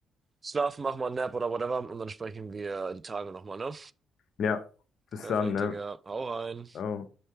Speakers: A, on the right; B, on the left.
A: schlafen, machen wir einen Nap oder whatever und dann sprechen wir die Tage nochmal, ne?
B: ja, bis
A: Perfekt,
B: dann, ne?
A: Digga. Hau rein.
B: Ciao.